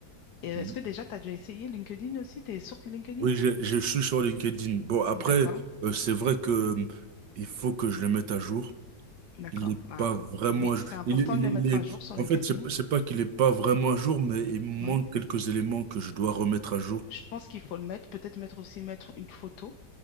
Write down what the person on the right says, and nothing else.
Mhm.
Oui, je, je suis sur LinkedIn. Bon, après,
euh, c'est vrai que euh, il faut que je le mette à jour.
Il n'est
pas vraiment
à jour.
Il, est- il,
est-
il est...
En
fait, c'est, c'est pas qu'il n'est pas vraiment à jour, mais il manque
quelques éléments que je dois remettre à jour.